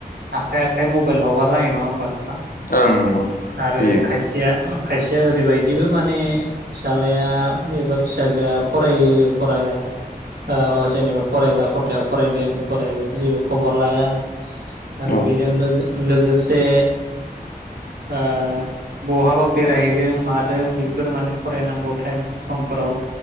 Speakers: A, on the right; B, on the left.
A: आखाइ आखाइ मबाइल हगारना हायो नङा होमबा नोंथां?
B: ओं नंगौ होयो
A: आरो खायसेया खायसेया ओरैबायदिबो माने फिसाज्लाया एबा फिसाजोआ फरायो फराया ओ जेनेबा फरायग्रा खथायाव फरायदों फराया बेखौ जेबो खबर लाया। आरो
B: औ
A: बेजों लोगो लोगोसे ओ बहाबा बेरायहैदों मादों बेफोर माने फरायनांगौ थाएम समफोराव